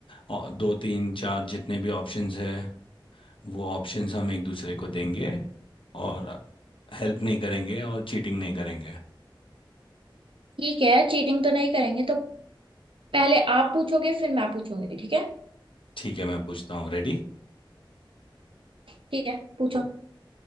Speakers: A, on the left; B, on the right.
A: अ, दो तीन चार जितने भी ऑप्शंस है वो ऑप्शंस हम एक दूसरे को देंगे और हेल्प नहीं करेंगे और चीटिंग नहीं करेंगे
B: ठीक है चीटिंग तो नहीं करेंगे तो पहले आप पूछोगे फिर मैं पूछूंगी ठीक है
A: ठीक है मैं पूछता हूँ रेडी
B: ठीक है पूछो